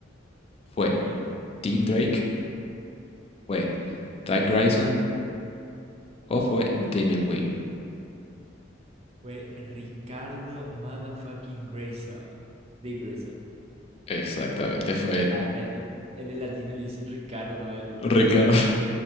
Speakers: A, on the left; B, on the right.
A: ¿Fue
B: ok.
A: Tim Drake? ¿Fue Doug Grayson? ¿O fue Damian Wayne?
B: Fue Ricardo Motherfucking Grayson. De Grayson.
A: Exactamente, fue él.
B: Ah, en, en- en el latino le dicen Ricardo a él.
A: Ricardo,